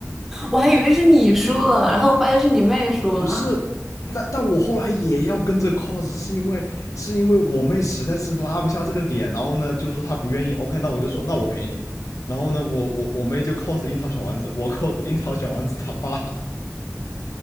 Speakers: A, in the centre; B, on the left.
A: 我还以为是你输了，然后发现是你妹输了，
B: 不是，但但我后来也要跟着 cos，是因为是因为我妹实在是拉不下这个脸，然后呢就说她不愿意，OK，那我就说那我陪你，然后呢我我我妹就 cos 樱桃小丸子，我 cos 樱桃小丸子他爸。